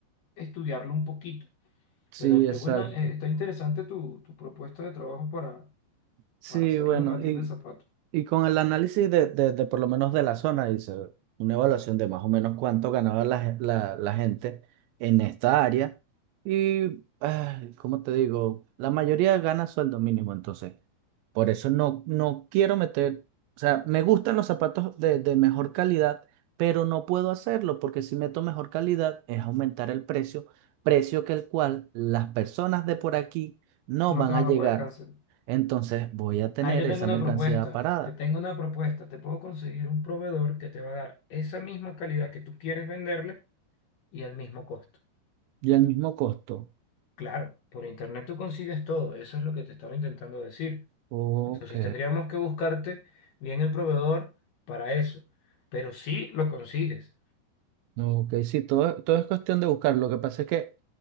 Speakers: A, on the left; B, on the right.
A: estudiarlo un poquito.
B: sí,
A: Pero qué
B: exacto.
A: buena, eh, está interesante tu, tu propuesta de trabajo para,
B: Sí,
A: para hacerlo
B: bueno,
A: en la tienda
B: y
A: de zapatos.
B: Y con el análisis de, de- de por lo menos de la zona, hice una evaluación de más o menos cuánto ganaba la, ge- la- la gente en esta área. Y, ay, ¿cómo te digo? La mayoría gana sueldo mínimo, entonces. Por eso no, no quiero meter, o sea, me gustan los zapatos de, de mejor calidad, pero no puedo hacerlo porque si meto mejor calidad es aumentar el precio, precio que el cual las personas de por aquí no
A: No
B: van
A: te
B: a
A: van
B: llegar.
A: a poder cancelar.
B: Entonces voy a tener
A: Ahí te
B: esa
A: tengo una
B: mercancía
A: propuesta,
B: parada.
A: te tengo una propuesta, te puedo conseguir un proveedor que te va a dar esa misma calidad que tú quieres venderle y al mismo costo.
B: Y al mismo costo.
A: Claro, por internet tú consigues todo, eso es lo que te estaba intentando decir.
B: Ok,
A: Entonces tendríamos que buscarte bien el proveedor para eso, pero sí lo consigues.
B: no, ok, sí, todo, todo es cuestión de buscar. Lo que pasa es que,